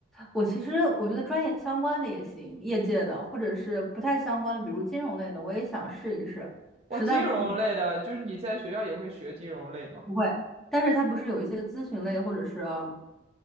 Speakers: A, in the centre; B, on the right (about 35°).
A: 我，其实我觉得专业相关的也行，业界的，或者是不太相关的，比如金融类的，我也想试一试。
B: 哇，
A: 实在不行
B: 金融类的，就是你在学校也会学金融类吗？
A: <laughs> 不会，但是它不是有一些咨询类，或者是啊，